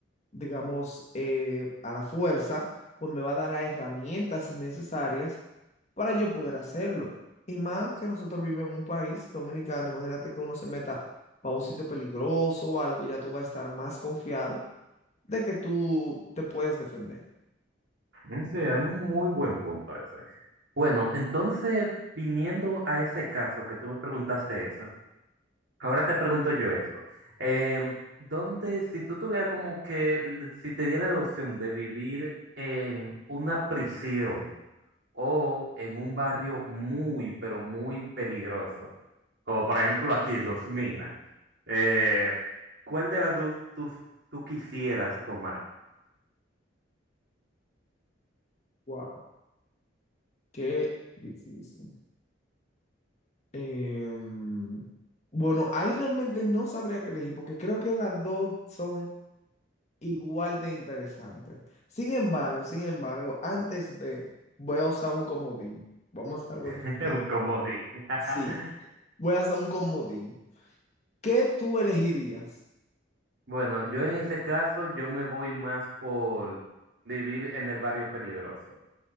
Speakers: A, on the left; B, on the right.
A: digamos, eh, a la fuerza, pues me va a dar las herramientas necesarias para yo poder hacerlo. Y más que nosotros vivimos en un país dominicano, imagínate que uno se meta para un sitio peligroso o algo, ya tú vas a estar más confiado de que tú te puedes defender.
B: Mm, Sí, es un muy buen punto ese. Bueno, entonces, viniendo a ese caso que tú me preguntaste eso, ahora te pregunto yo esto. Em, ¿dónde, si tú tuvieras como que, l- si te diera la opción de vivir en una prisión, o en un barrio muy, pero muy peligroso, como por ejemplo aquí, Los Minas. Eh, ¿cuál de las dos tú, tú quisieras tomar?
A: Wow, qué difícil. Em, bueno, ahí realmente no sabría qué elegir porque creo que las dos son igual de interesantes. Sin embargo, sin embargo, antes de, voy a usar un comodín. Vamos a hacer algo
B: <laughs>
A: diferente.
B: Un comodín. <laughs>
A: Sí, voy a usar un comodín. ¿Qué tú elegirías?
B: Bueno, yo en ese caso, yo me voy más por vivir en el barrio peligroso,